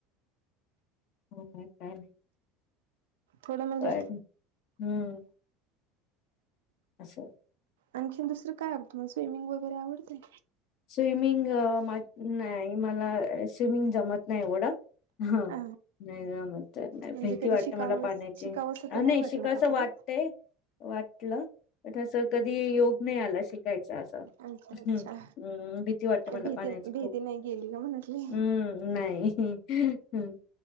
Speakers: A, on the left; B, on the right.
A: हो् काय नाही
B: थोडं म्हणजे
A: पण हम्म अचछा
B: आणखीन दुसरं काय आवडतं मला स्विमिंग वगैरे आवडतेय
A: स्विमिंग नाही मला स्विमिंग जमत नाही एवढं ह
B: हा
A: नाही ना म नाही
B: म्हणजे
A: भहिती
B: कधी
A: वाटते
B: शिकावस
A: मला पाण्याची
B: शिकावस ते
A: नाही
B: वाटलं
A: शिकायचं
B: का कधी?
A: वाटतय वाटलं पस कधी योग नाही आला शिकायच असं
B: अच्छा अच्छा
A: हम् हम्म भीती वाटते
B: ते
A: मला
B: भीती
A: पाण्याची
B: भीती
A: खूप
B: नाही गेली का मनातली
A: हम्म नाही हम् हम्